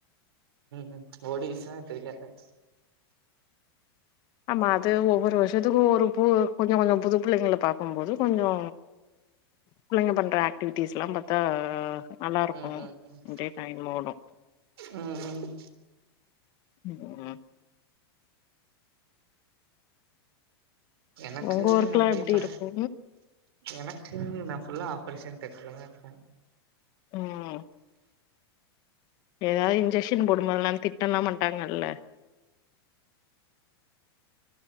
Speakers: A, on the right; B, on the left.
A: ம் ஓடிருசுனா தெரியாது
B: ஆமா அது ஒவ்வொரு வருஷத்துக்கு ஒரு பு கொஞ்சொ கொஞ்சொ புது புள்ளைங்கள பா க்கும்போது கொஞ்சோ புள்ளைங்க பண்ற ஆக்டிவிட்டிஸ்லா பா த்தா நல்லாருக்கு
A: ம் ம் ம்
B: அப்டியே டைம் ஓடு
A: ம் ம்
B: ம்
A: எனக்கு
B: உங்க ஒர்க்லா
A: அப்டியேப்பா
B: எப்டி இருக்கு
A: எனக்கு நா ஃபுல்லா ஆப்ரேஷன் தேட்டர்லதா இருப்பே
B: ம் ஏதா இன்ஜெக்ஷன் போடும்போதல்லா திட்டல்லா மாட்டாங்கல்ல